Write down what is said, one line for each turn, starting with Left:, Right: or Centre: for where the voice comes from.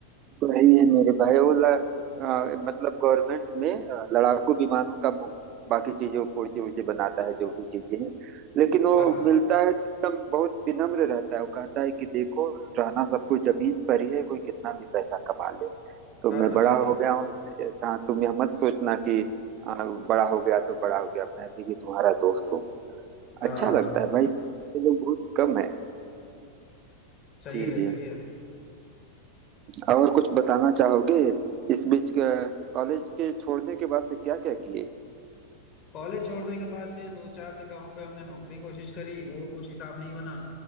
Right: सही है मेरे भाई वो ल-
Left: हम्म
Right: अ, मतलब गवर्नमेंट में अ, लड़ाकू विमानों का मु- बाकी चीजों पुर्जे उर्जे बनाता है जो भी चीजें हैं लेकिन वो
Left: बात
Right: मिलता है एकदम बहुत विनम्र रहता है वो कहता है कि देखो रहना सब कुछ जमीन पर ही है कोई कितना भी पैसा कमा ले तो
Left: बात
Right: मैं
Left: तो
Right: बड़ा
Left: सही है
Right: हो गया हूँ इससे- हाँ तुम यह मत सोचना कि अ, बड़ा हो गया तो बड़ा हो गया मैं अभी भी तुम्हारा दोस्त हूँ
Left: हाँ
Right: अच्छा लगता
Left: सही
Right: है भाई
Left: है
Right: ये लोग बहुत कम है
Left: सही
Right: जी
Left: है
Right: जी
Left: सही है
Right: और कुछ बताना चाहोगे इस बीच क- कॉलेज के छोड़ने के बाद से क्या क्या किए
Left: कॉलेज छोड़ने के बाद से दो चार जगहों पे हमने नौकरी कोशिश करी वो कुछ हिसाब नहीं बना